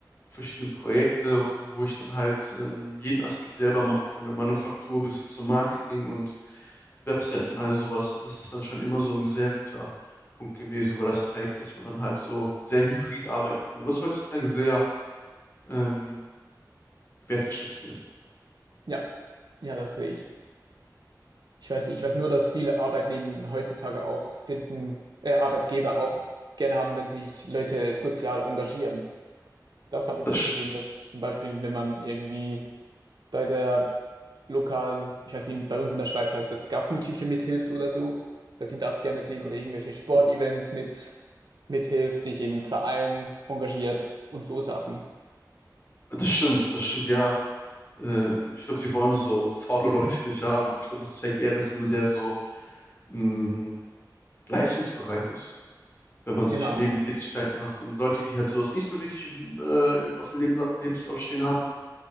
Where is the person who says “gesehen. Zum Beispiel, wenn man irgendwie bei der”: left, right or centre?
Right